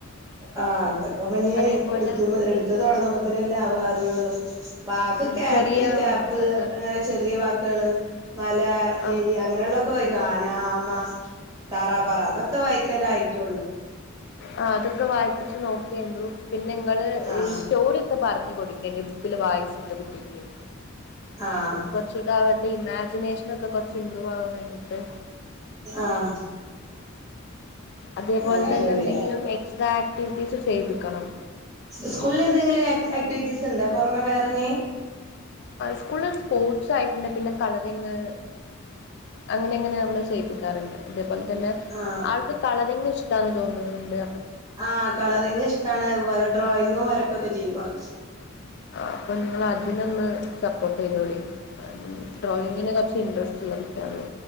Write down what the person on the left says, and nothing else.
അതേപോലെ
ഉം
ചെറിയ
വേർഡ്സൊക്കെ
ആഹ്
ആ അത് ഒക്കെ വായിപ്പിച്ചച്ച് നോക്കണ്ടു പിന്നെ നിങ്ങള്
ഈ സ്റ്റോറി ഒക്കെ പറഞ്ഞു കൊടുക്ക എന്റെ ജത്തിൽ വായി ചട്ടപിട്ടിക്കയോ
കുറച്ചുകൂടെ അവരുടെ ഇമാജിനേഷന ഒക്കെ കൊറച്ച് ഇംമ്പ്രൂവ് ആവാൻ വേണ്ടിട്ട്
അതേപോലെ
തന്നെ
എന്തെങ്കിലും എക്സാ ആക്ടിിവിറ്റീസ് ചെയ്തിരിക്കണം
സ്കൂളിൽ സ്പോർട്സ് ആയിട്ടുണ്ട് പിന്നെ കളറിങ് അങ്ങനെ അങ്ങനെ നമ്മള് ചെയ്യിപ്പിക്കാറുണ്ട് ലെ തന്നെ
ആ ത ഇഷ്ട തോന്നുന്നത്ണ്ട്
അപ്പൊ നിങ്ങ അതിനൊന്ന് സപ്പോർട്ട് ചെയ്തോളി ഡ്രോയിങ്ങിെ കുറച്ച് ഇൻട്രസ്റ്റ് സിക്കുള്ളൂ